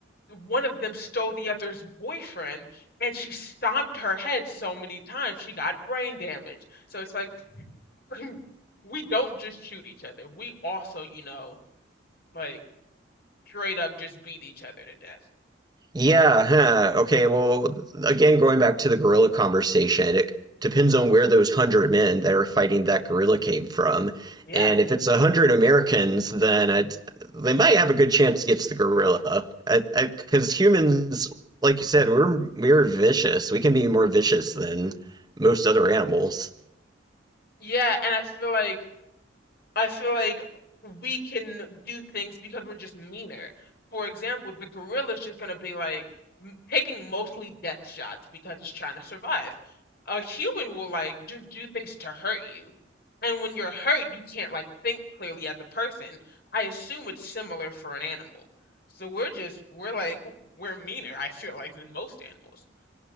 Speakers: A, on the left; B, on the right.
A: one of them stole the other's boyfriend, and she stomped her head so many times she got brain damage. So it's like <clears throat> <laughs> we don't just shoot each other. We also, you know, like straight up just beat each other to death.
B: Yeah, huh. Okay, well, again, going back to the gorilla conversation, it depends on where those hundred men that are fighting that gorilla came from.
A: Yeah.
B: And if it's a hundred Americans, then I'd, they might have a good chance against the gorilla. Because humans, like you said, we're we're vicious. We can be more vicious than most other animals.
A: Yeah, and I feel like I feel like we can do things because we're just meaner. For example, the gorilla's just gonna be like m- taking mostly death shots because it's trying to survive. A human will like just do things to hurt you. And when you're hurt, you can't like think clearly as a person. I assume it's similar for an animal. So we're just we're like we're meaner, I feel like, than most animals.